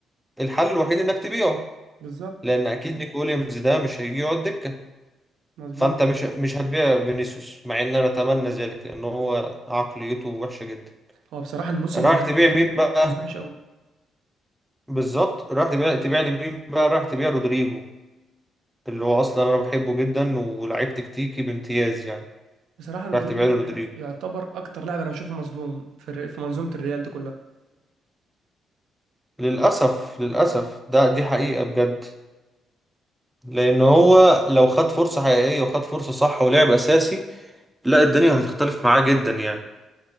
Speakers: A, in the centre; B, on the right.
A: الحل الوحيد انك تبيعه
B: بالظبط
A: لان اكيد نيكو ويليامز ده مش هيجي يقعد دكه
B: مظبوط
A: فانت مش مش هتبيع فينيسيوس مع ان انا اتمنى ذلك لان هو عقليته وحشه جدا
B: هو بصراحة الموسم
A: رايح
B: ده
A: تبيع مين بقى
B: كان وحش قوي
A: بالظبط رايح تبيع تبيع لي مين بقى رايح تبيع رودريجو اللي هو اصلا انا بحبه جدا ولاعيب تكتيكي بامتياز يعني
B: بصراحة رودريجو
A: رايح تبيع
B: ده
A: لي رودريجو
B: يعتبر اكتر لاعب انا بشوفه مظلوم في الر- في منظومة الريال دي كلها
A: للاسف للاسف ده دي حقيقه بجد لان هو لو خد فرصه حقيقيه وخد فرصه صح ولعب اساسي لا الدنيا هتختلف معاه جدا يعني